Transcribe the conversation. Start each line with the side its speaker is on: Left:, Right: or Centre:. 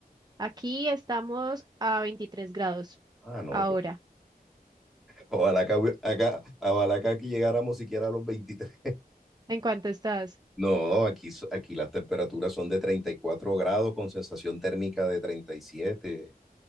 Right: aquí estamos a 23 grados
Centre: Ah, no,
Right: ahora.
Centre: pues, ojalá que, acá, ojalá que aquí llegáramos siquiera a los 23.
Right: ¿En cuánto estás?
Centre: No, aquí, so- aquí las temperaturas son de 34 grados con sensación térmica de 37.